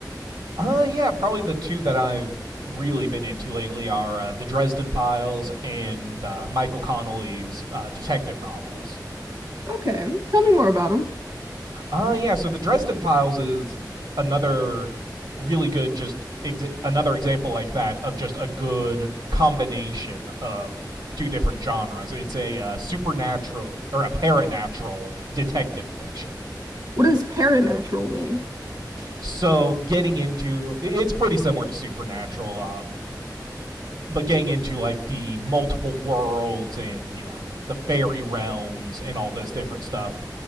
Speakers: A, on the right; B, on the right.
A: Uh, yeah, probably the two that I've really been into lately are uh, the Dresden Files and uh, Michael Connelly's uh, detective novels.
B: Okay, tell me more about them.
A: Uh, yeah, so the Dresden Files is another really good, just ex- another example like that of just a good combination of two different genres. It's a uh, supernatural or a paranatural detective fiction.
B: What does paranatural mean?
A: So getting into it's pretty similar to supernatural. Um, but getting into like the multiple worlds and you know the fairy realms and all this different stuff